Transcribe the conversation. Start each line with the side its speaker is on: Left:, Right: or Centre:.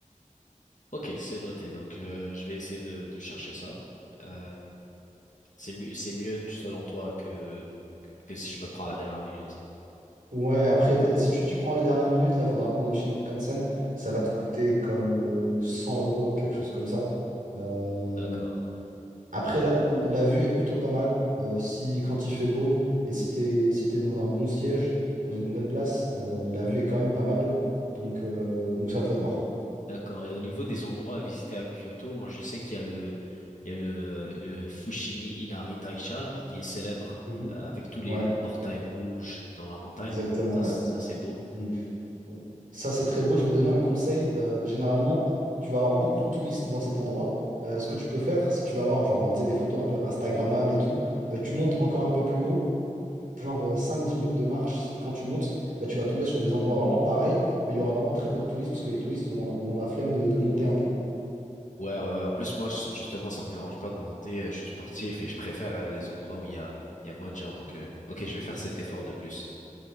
Left: Ok, c'est noté. Donc, euh, je vais essayer de, de chercher ça. Euh, c'est mieux, c'est mieux tu- selon toi que, que que si je me prends à la dernière minute.
Right: Ouais, après, d- si tu t'y prends à la dernière minute, là, faudra prendre le Shinkansen. Ça va te coûter comme euh, 100 euros, quelque chose comme ça. Euh,
Left: D'accord,
Right: après, la, la vue est plutôt pas mal. Euh, si, quand il fait beau et si t'es, si t'es dans un bon siège, dans une bonne place, euh, la vue est quand même pas mal. Donc, euh, donc c'est à toi de voir.
Left: d'accord. Et au niveau des endroits à visiter à Kyoto, moi je sais qu'il y a le, il y a le, le Fushimi Inari Taisha là, qui est célèbre
Right: Mhm.
Left: euh, avec tous les
Right: Ouais,
Left: portails rouges dans la montagne.
Right: exactement,
Left: Ça,
Right: ouais.
Left: c- ça c'est beau.
Right: Mmh. Ça, c'est très beau. Je vais donner un conseil. Euh, généralement, tu vas avoir beaucoup de touristes dans cet endroit. Euh, ce que tu peux faire, si tu vas avoir genre, tu sais, des photos un peu Instagrammables et tout, euh, tu montes encore un peu plus haut, genre euh, 5-10 minutes de marche. Quand tu montes, bah, tu vas tomber sur des endroits vraiment pareils, mais il y aura vraiment très peu de touristes parce que les touristes auront, auront la flemme de, de monter un peu.
Left: Ouais, ouais, ouais. En plus, moi, c- justement, ça me dérange pas de monter. euh, Je suis sportif et je préfère euh, les endroits où il y a, il y a moins de gens. Donc, euh, ok, je vais faire cet effort de plus.